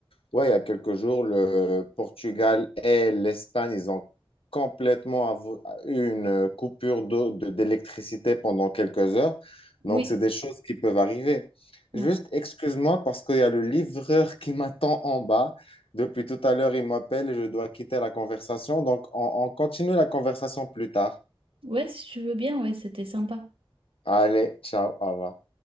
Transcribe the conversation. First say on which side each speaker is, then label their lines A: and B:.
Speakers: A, on the left; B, on the right.
A: ouais, il y a quelques jours le Portugal et l'Espagne, ils ont complètement avo- eu une coupure d'eau de- d'électricité pendant quelques heures.
B: Oui,
A: Donc, c'est des choses qui peuvent arriver.
B: ouais.
A: Juste, excuse-moi parce qu'il y a le livreur qui m'attend en bas. Depuis tout à l'heure, il m'appelle et je dois quitter la conversation. Donc, on, on continue la conversation plus tard.
B: Ouais, si tu veux bien, ouais, c'était sympa.
A: Allez, ciao, au revoir.